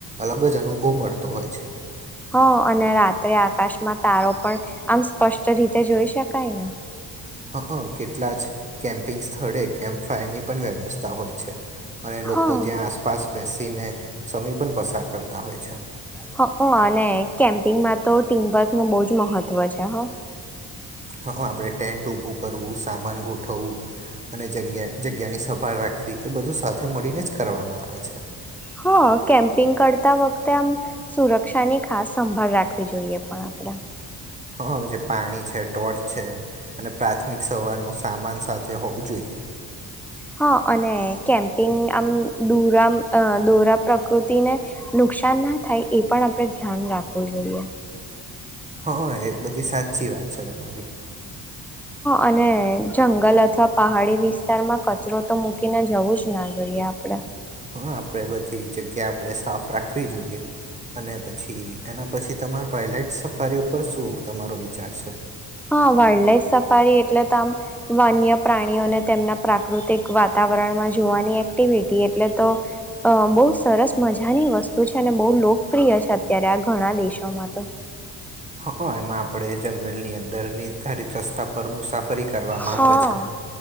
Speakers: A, on the right; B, in the centre.
A: અલગ જ અનુભવ મળતો હોય છે
B: હ અને રાત્રે આકાશમાં તારો પણ આમ સ્પષ્ટ રીતે જોઈ શકાય ને
A: હ કેટલા જ કેમ્પિંગ સ્થળે કેમ્પ ફાયરની પણ વ્યવસ્થા હોય છે અને લોકો
B: હા
A: ત્યાં આસપાસ બેસી ને સમય પણ પસાર કરતા હોય છે
B: હ અનેને કેમ્પિંગમાં તો ટીમવર્ક નું બહુ જ મહત્ત્વ છે હા
A: હ આપણે ટેન્ટ ઉભું કરવું સામાન ગોઠવવું અને જ્યા જગ્યાની સભાળ રાખવી એ બધું સાથે મળીને જ કરવામાં આવે છે
B: હા કેમ્પિંગ કરતા વખતે આમ સુરક્ષાની ખાસ સંભાળ રાખવી જોઈએ પણ આપણે
A: હ જે પાણી છે ટોર્ચ છે અને પ્રાથમિક સવારનું સામાન સાથે હોવું જોઈએ
B: હા અને કેમ્પિંગ આમ દોરા દોરા પ્રકૃતિને નુકસાન ના થાય એ પણ આપણે ધ્યાન રાખવું જોઈએ
A: હ એ બધી સાચી વાત છે તમારી
B: અને જંગલ અથવા પહાડી વિસ્તારમાં કચરો તો મૂકીને જવું જ ના જોઈએ આપડે
A: હા આપણે બધી જગ્યા આપણે સાફ રાખવી જોઈએ અને પછી એના પછી તમાર વયલાઈટ સફારી ઉપર શું તમારો વિચાર છે
B: હા વાઇલ્ડ લાઈફ સફારી એટલે તો આમ વાન્ય પ્રાણીઓને તેમના પ્રાકૃતિક વાતાવરણમાં જોવાની એક્ટિવિટી એટલે તો બહુ સરસ મજાની વસ્તુ છે અને બહુ લોકપ્રિય છે અત્યારે આ ઘણા દેશોમાં તો
A: હ એમાં આપડે જંગલની અંદર નિર્ધારિત રસ્તા પર મુસાફરી કરવામાં
B: હા
A: આવે છે